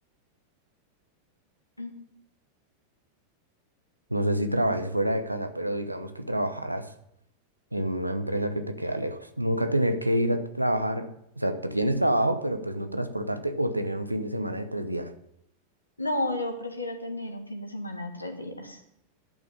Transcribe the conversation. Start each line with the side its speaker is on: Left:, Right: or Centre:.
Left: Mm.
Right: No sé si trabajes fuera de casa, pero digamos que trabajaras en una empresa que te queda lejos. Nunca tener que ir a trabajar. O sea, t- tienes trabajo, pero pues no transportarte o tener un fin de semana de tres días.
Left: No, yo prefiero tener un fin de semana de tres días.